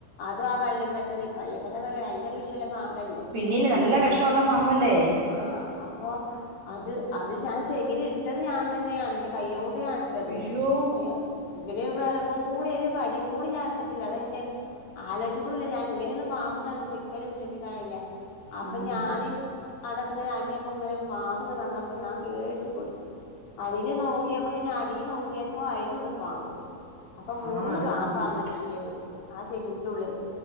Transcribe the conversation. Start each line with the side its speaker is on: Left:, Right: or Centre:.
Left: അതും ആ വള്ളിക്കെട്ടന് വള്ളിക്കെട്ടൻ ന് ഭയങ്കര വിഷ് ഷള്ള പാമ്പല്ലേ
Right: പിന്നില് നല്ല വെഷമുള്ള പാമ്പല്ലേ
Left: ആഹ് അപ്പൊ അത് അത് ഞാൻ ചകിരി ഇട്ടത് ഞാൻ തന്നെയാണ് എൻറെ കയ്യോണ്ട് ഞാൻ ഇട്ടത്
Right: അയ്യോ
Left: ഏ എങ്കില് വിറകും കൂടി ഒരു വടിയും കൂടി ഞാൻ എടുത്തിട്ടില്ല അത് അയ്ന്റെ ആലോയ്ച്ചിട്ടുല്ല ഞാന് ഇങ്ങനെയൊന്നും പാമ്പ് ണ്ടാവും ന്ന് ഒരിക്കലും വിശ്വസിക്കാനായില്ല അപ്പ
Right: ഉം
Left: ഞാന് അതൊക്കെ ഇങ്ങനെ ആക്കിയപ്പ ഇങ്ങനെ പാമ്പ് ഇങ്ങനെ വന്നപ്പോ ഞാൻ പേടിച്ചു പോയി അതില് നോക്കിയപ്പോ പിന്നെ അടിൽ നോക്കിയപ്പോ അയ്ലൂണ്ട് പാമ്പ് അപ്പ മൂന്ന്
Right: ആഹ് അത്
Left: പാമ്പാണ്
Right: കൂട്ട്
Left: കിട്ടിയത് ആ ചകരിന്റെ ഉള്ളില്